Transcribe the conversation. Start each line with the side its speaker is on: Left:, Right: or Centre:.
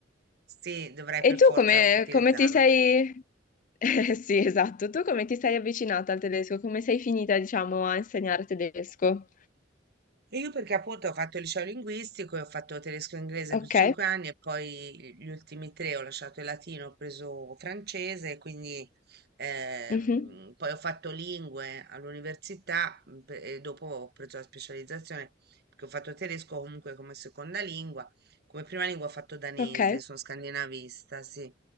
Right: sì, dovrei
Left: E
Right: per
Left: tu
Right: forza
Left: come,
Right: utilizzarlo.
Left: come ti sei... <laughs> Eh, sì, esatto. Tu come ti sei avvicinata al tedesco? Come sei finita, diciamo, a insegnare tedesco?
Right: E io perché appunto ho fatto il liceo linguistico e ho fatto tedesco e inglese
Left: Ok.
Right: per cinque anni e poi gli ultimi tre ho lasciato il latino, ho preso francese, quindi ehm,
Left: Mhm.
Right: poi ho fatto lingue all'università mm, pe- e dopo ho preso la specializzazione perché ho fatto tedesco comunque come seconda lingua, come prima lingua ho fatto danese,
Left: Ok.
Right: sono scandinavista, sì,